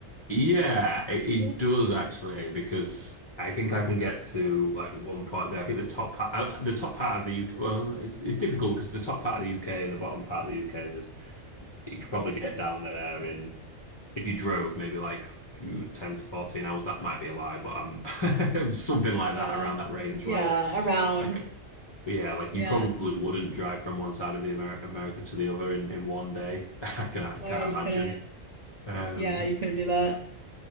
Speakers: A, on the left (about 35°); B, on the right (about 45°).
A: Yeah, it, it
B: Yes.
A: does actually because I think I can get to like one part there. I think the top part, uh, the top part of the UK. Well, it's it's difficult because the top part of the UK and the bottom part of the UK, there's you could probably get down there in if you drove maybe like ooh, 10 to 14 hours. That might be a lie, but um, <laughs> something like
B: Yeah.
A: that around that range.
B: Yeah.
A: Whereas
B: Around.
A: like yeah, like
B: Yeah.
A: you probably wouldn't drive from one side of the Amer America to the other in in one day. <laughs> I can I can't
B: Oh yeah. You
A: imagine.
B: couldn't.
A: Um,
B: Yeah. You couldn't do that.